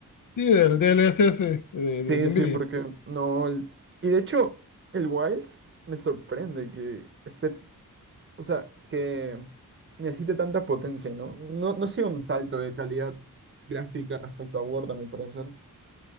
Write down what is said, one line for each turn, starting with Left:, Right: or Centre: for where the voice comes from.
Left: Sí, del D L S S de, de
Right: Sí,
Left: NVIDIA.
Right: sí, porque no. el- Y de hecho, el Wilds me sorprende que esté, o sea, que necesite tanta potencia, ¿no? No, no ha sido un salto de calidad gráfica respecto a Word, a mi parecer.